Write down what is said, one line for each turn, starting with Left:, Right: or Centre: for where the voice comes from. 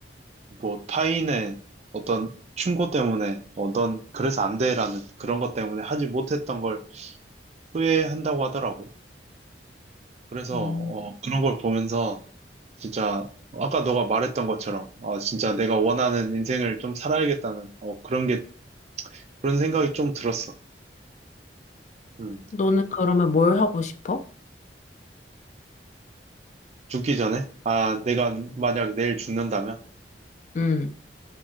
Right: 뭐 타인의 어떤 충고 때문에 어, 넌 그래서 안 돼라는 그런 것 때문에 하지 못했던 걸 후회한다고 하더라고. 그래서
Left: 음,
Right: 어, 그런 걸 보면서 진짜 아까 너가 말했던 것처럼 아, 진짜 내가 원하는 인생을 좀 살아야겠다는 어, 그런 게 그런 생각이 좀 들었어. 음,
Left: 너는 그러면 뭘 하고 싶어?
Right: 죽기 전에 아 내가 만약 내일 죽는다면
Left: 응